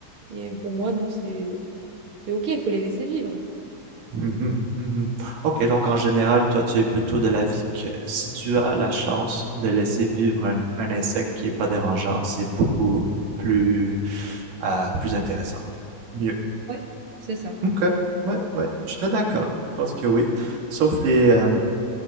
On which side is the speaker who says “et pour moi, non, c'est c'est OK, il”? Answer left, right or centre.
Right